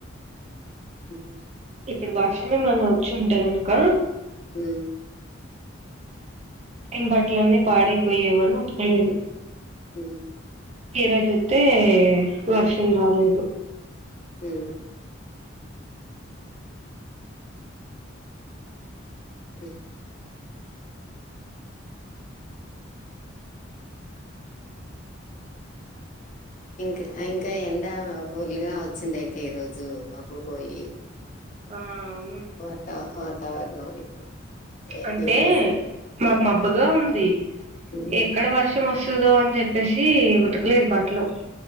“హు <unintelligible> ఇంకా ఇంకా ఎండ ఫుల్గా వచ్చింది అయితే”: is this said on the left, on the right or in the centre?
Left